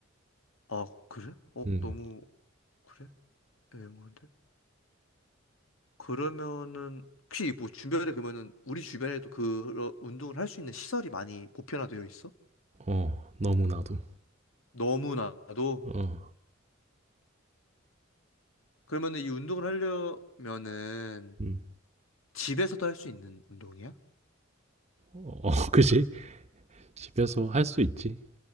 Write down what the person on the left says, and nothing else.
아, 그래? 어,
너무, 그래? 애매한데? 그러면은 혹시 뭐 주변에 그러면은 우리 주변에도 그런 운동을 할 수 있는 시설이 많이 보편화되어 있어?
너무나도
그러면은 이 운동을 하려면은
집에서도 할 수 있는 운동이야?